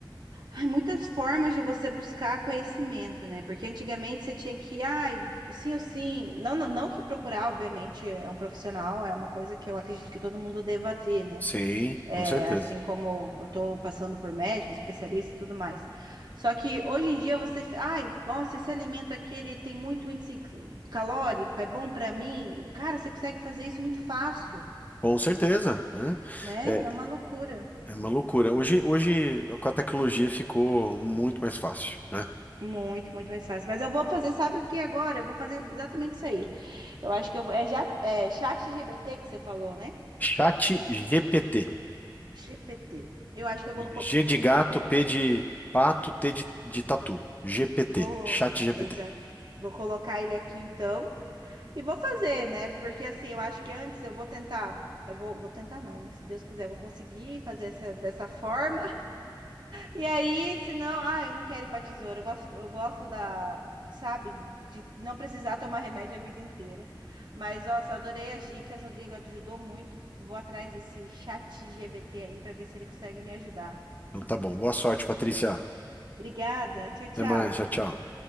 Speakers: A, on the right (about 60°); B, on the left (about 20°).
A: Ai, muitas formas de você buscar conhecimento, né? Porque antigamente você tinha que, ai, sim ou sim. Não, não, não que procurar, obviamente, é um profissional, é uma coisa que eu acredito que todo mundo deva ter, né?
B: sim,
A: É,
B: com certeza.
A: assim como eu tô passando por médico, especialista e tudo mais. Só que hoje em dia você, ai, nossa, esse alimento aqui ele tem muito índice calórico, é bom para mim. Cara, você consegue fazer isso muito fácil,
B: Com certeza, né?
A: né?
B: É,
A: É uma loucura.
B: é uma loucura. Hoje, hoje, com a tecnologia ficou muito mais fácil, né?
A: Muito, muito mais fácil. Mas eu vou fazer, sabe o que agora? Eu vou fazer exatamente isso aí. Eu acho que eu vou. É, já, é chat GPT que você falou, né?
B: Chat GPT.
A: GPT. Eu acho que eu vou. co-
B: G de gato,
A: bu-
B: P de pato, T de, de tatu. GPT.
A: Vou.
B: Chat GPT.
A: Exa, vou colocar ele aqui então. E vou fazer, né? Porque assim, eu acho que antes eu vou tentar. Eu vou, vou tentar, não, né? Se Deus quiser, eu vou conseguir fazer essa, dessa forma. E aí, senão, ah, eu não quero ir pra tesoura. Eu gosto, eu gosto da, sabe, de não precisar tomar remédio a vida inteira. Mas, nossa, adorei as dicas, Rodrigo, ajudou muito. Vou atrás desse chat GBT aí para ver se ele consegue me ajudar.
B: Então tá bom. Boa sorte, Patrícia.
A: Obrigada, tchau, tchau.
B: Até mais. Tchau, tchau.